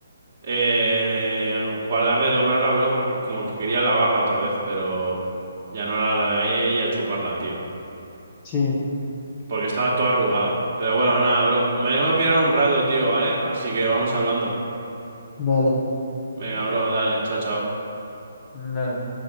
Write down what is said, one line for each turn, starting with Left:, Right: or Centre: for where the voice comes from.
Right: Eh, guardarla y doblarla, bro, porque como que quería lavarla otra vez, pero ya no la lavé y a chuparla, tío
Left: Sí,
Right: porque estaba toda arrugada. Pero bueno, nada, bro. Me tengo que pillar un rato, tío, ¿vale? Así que vamos hablando.
Left: dale.
Right: Venga, bro, dale, chao, chao.
Left: Dale.